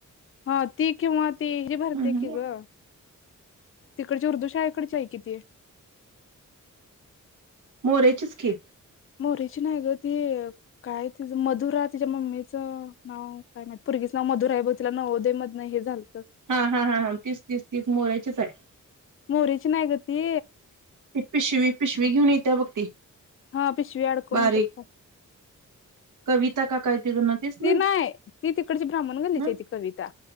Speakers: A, on the left; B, on the right.
A: हा ती किंवा ती ही भरते
B: हम्म हम्म
A: की ग. तिकडची उर्दू शाळे कडची आहे कि ती.
B: मोरेचीच की.
A: मोरी ची नाही ग ती. काय तिझं मधुरा तिच्या मम्मीचं नाव काय माहित पोरगीचं नाव मधुरा आहे बहुतेक तिला नवोदय मधुन हे झालत.
B: हा हा हा हां तीच तीच तीच मोरेचीच आहे.
A: मोरेची नाही ग ती
B: ते पिशवी पिशवी घेऊन येत्या बघ ती.
A: हा पिशवी अडकून
B: बारीक
A: येत्यात बघ.
B: कविता का काय तिज नाव तीच ना
A: ती नाही. ती तिकडची ब्राम्हण गल्लीची
B: ह
A: आहे ती कविता